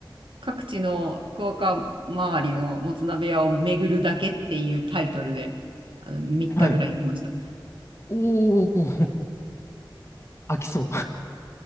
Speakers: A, on the right (about 80°); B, on the left (about 30°).
A: 各地の福岡周りのもつ鍋屋を巡るだけっていうタイトルで、あの、3日ぐらい行きました。
B: はい。おお、<laughs> 飽きそう。